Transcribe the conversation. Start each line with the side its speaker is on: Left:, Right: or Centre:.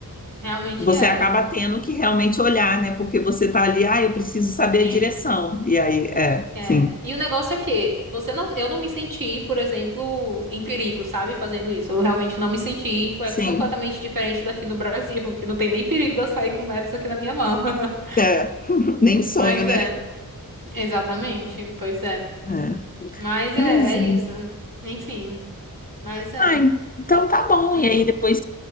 Right: realmente
Left: Você
Right: é.
Left: acaba tendo que realmente olhar, né? Porque você tá ali, ah, eu preciso saber
Right: Sim.
Left: a direção. E aí, é,
Right: É.
Left: sim,
Right: E o negócio é que você não, eu não me senti, por exemplo, em perigo, sabe, fazendo isso. Eu realmente não me senti, foi
Left: sim.
Right: completamente diferente daqui no Brasil, <laughs> que não tem nem perigo de eu sair com o Maps aqui na minha mão. <laughs>
Left: É, <laughs> nem sonho,
Right: Mas
Left: né?
Right: é, exatamente, pois é.
Left: É.
Right: Mas é,
Left: Mas,
Right: é isso.
Left: é.
Right: Enfim, mas é
Left: ah, então tá bom.
Right: muito,
Left: E aí depois,